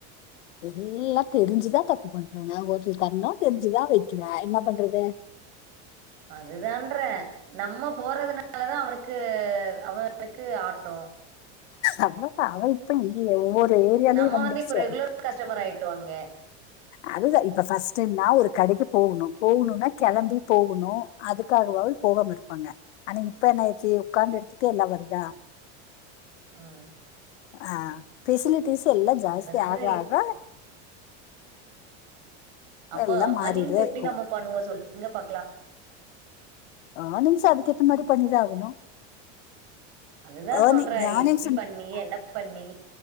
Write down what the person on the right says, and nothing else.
அதுதான்றே நம்ம போறதுனாலதா அவனுக்கு அவனுக்கு ஆட்டோ
நம்ம
வந்து இப்ப ரெகுலர் கஸ்டமர் ஆயிட்டு வாங்க
உம்
அது
வந்து
அப்போ
வன்னிங்க்ஸ எப்டி
நம்ம பண்ணுவோ சொல்லுங்க பாக்கலா
அதுதா
சொல்றே
எப்டி பண்ணி என்ன பண்ணி